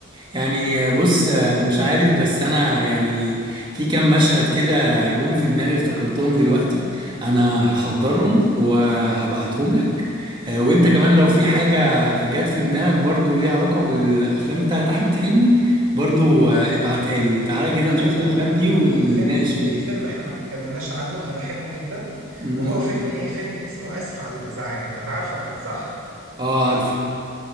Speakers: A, on the right (about 20°); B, on the right (about 80°).
A: يعني بص آه،
B: بس
A: مش عارف بس انا يعني في كام مشهد كده جم في دماغي افتكرتهم دلوقتي انا هحضرهم وهبعتهم لك آه، وانت كمان لو في حاجة جت في دماغك برضو ليها علاقة بالافلام بتاعت احمد حلمي برضو آه، ابعتها لي وتعالى كده
B: انا عايز
A: نشوف الافلام
B: اقول لك
A: دي
B: ان
A: ونتناقش
B: في فيلم ان
A: فيها
B: في فيلم احنا ما اتكلمناش عنه انا بحبه جدا
A: أمم،
B: وهو
A: قول
B: فيلم
A: لي
B: ايه فيلم اسمه اسف على الازعاج انت عارفه اكيد صح
A: اه عارفه